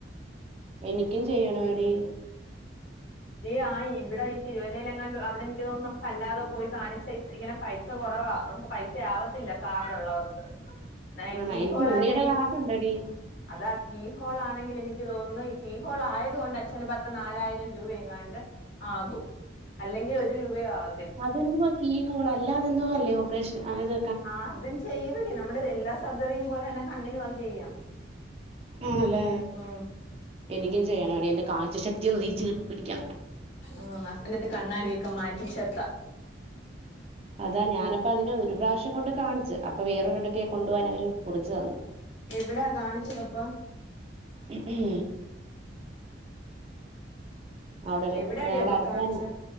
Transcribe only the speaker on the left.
യ് ആഹ്, ഇവിടെ ഈ, തിരുവല്ലയില ല്ലാം ങ്ങാണ്ട് അവിടെ എനിക്ക് തോന്നും. നമുക്ക് അല്ലാതെ പോയി കാണിച്ച ഇങ്ങനെ. പൈസ കുറവാ, നമുക്ക് പൈസ ആവത്തില്ല. കാർട്ലൊള്ളവർക്ക്. നൈറ്റി
ഹോളാ
ചയ്യ്.
അതാ കീ ഹോൾ ആണെങ്കിൽ എനിക്ക് തോന്നുന്നു. ഈ കീ ഹോൾ ആയത് കൊണ്ട് അച്ഛന് പത്ത് നാലായിരം. രൂപ എങ്ങാണ്ട് ആകും. അല്ലെങ്കി. ഒരു രൂപ ആവ
ആഹ്, അതും ചെയ്യടി. നമ്മുടെ എല്ലാ സർജറിയും പോലെ തന്നെ കണ്ണിനും അത് ചെയ്യാം.
ഉം
ആഹ്, എന്നിട്ട് കണ്ണാടീക്കെ മാറ്റി ചെത്ത.
എവിടാ കാണിച്ചത്പ്പാ.
എവിട
ടീ അപ്പൊ
കാണിച്ച.